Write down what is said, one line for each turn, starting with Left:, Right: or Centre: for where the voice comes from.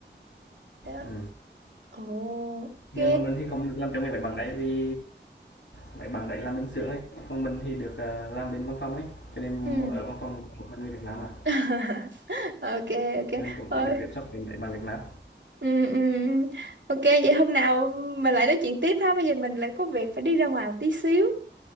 Right: Thế
Left: ừ.
Right: Ồ, ok
Left: Nhưng mà mình thì không được làm trong cái máy bằng đấy vì máy bằng đấy làm bên xưởng ấy, còn mình thì được, ờ, làm bên văn phòng ấy, cho nên
Right: ừ
Left: ở văn phòng có một mình người Việt Nam mà
Right: <laughs> ok ok
Left: cho nên cũng
Right: ơi
Left: chỉ được tiếp xúc với mấy bằng Việt Nam.
Right: ừ, ừ. ừ. ok vậy hôm nào mình lại nói chuyện tiếp ha bây giờ mình lại có việc phải đi ra ngoài một tí xíu